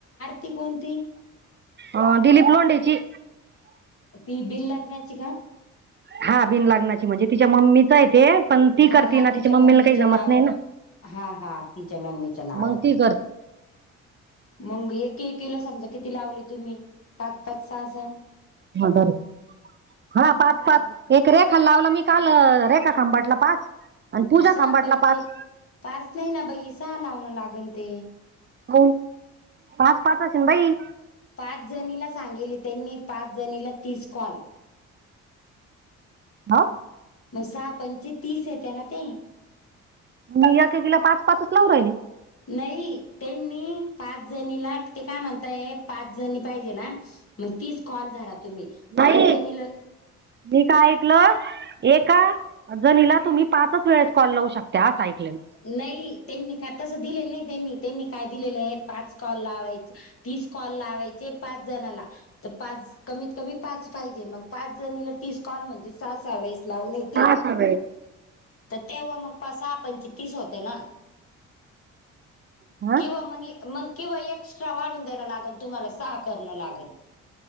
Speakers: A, on the left; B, on the right.
A: ती कोणती
B: अ दिलीप लोंडेची
A: ती बिल लागण्याची का
B: हा बिन लाग्नाची म्हणजे तिच्या मम्मीच आहे ते पण ती
A: हा
B: करते
A: हा
B: ना तिच्या मम्मीला
A: मम्मीच्या
B: काही जमत
A: नावावर
B: नाही ना
A: हा हा तिच्या मम्मीच्या नावर
B: मग
A: करते
B: ती
A: मग एक एक ला समजा किती लावले तुम्ही पाच पाच सहा
B: हर हा पाच पाच एक रेखा लावला मी काल रेखा खांबाटला पाच आणि पूजा
A: सहा
B: खांबाटला
A: पंच
B: पाच
A: पाच नाही ना बाई सहा लावणं लागन ते
B: होन पाच पाच असेन बाई
A: पाच जणीला सांगितले त्यांनी पाच जणीला तीस कॉल
B: हा
A: म सहा पंच तीस येत ना ते
B: मी याकीला पाच पाच लाव राहिले
A: नाही त्यांनी पाच जणीला ते काय म्हणताय पाच जणी पाहिजे ना मग तीच कॉल धरा तुम्ही
B: नाही
A: पाच जणीला
B: मी काय ऐकलं एका जणीला तुम्ही पाचच वेळेस कॉल लावू शकता असं ऐकलं मी.
A: नाही त्यांनी काय तसं दिलेलं नाही त्यांनी त्यांनी काय दिलेलं आहे पाच कॉल लावायचे तीस कॉल लावायचे पाच जणाला तर पाच कमीत कमी पाच पाहिजे मग पाच जणला तीस कॉल म्हणजे सहा सहा व्याळेस लावून येत
B: हा ह
A: तर तेव्हा मग पा सहा पणच तीस होते ना
B: हा
A: किंवा मगे मग. किंवा एक्स्ट्रा वाढून देणं लागल तुम्हाला सहा करणं लागल.